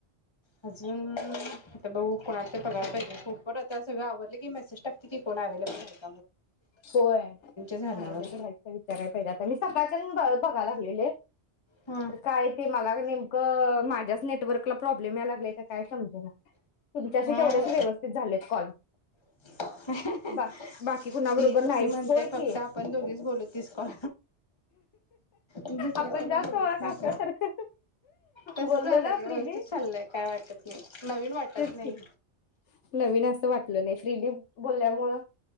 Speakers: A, on the left; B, on the left.
A: अजून आता बघू कोणा तर बघायला पाहिजे फूप आता सगळ आवडले की मेसेज टाकते की कोण अव्हेलेबल हाय
B: होय पण
A: झाल्यावर
B: अवेलेबल आहे विचारायला पाहिजे आता मी सका बघा लागलेले तर
A: हा
B: काय ते मला नेमक माझ्याच नेटवर्कला प्रॉब्लेम या लागलाय का काय समज तुमच्याशी
A: हा
B: तेवढेसे व्यवस्थित झालेत कॉल
A: <unintelligible>
B: बा बाकी कुणाबरोबर
A: ती
B: नाहीच्
A: ती म्हणते
B: होय
A: फक्त
B: की
A: आपण दोघीच बोलू तीस कॉल दुसरं
B: आपण
A: कोण
B: जास्तळ
A: बोलूच नका
B: काल्यासारख
A: तसंच
B: बोललो
A: व्हायला
B: ना
A: लागलं
B: प्रिली
A: व्यवस्थित चाललंय काय वाटत नाही नवीन वाटत
B: तेच
A: नाही
B: कि नवीन असं वाटत नाही फ्रीली बोलल्यामुळं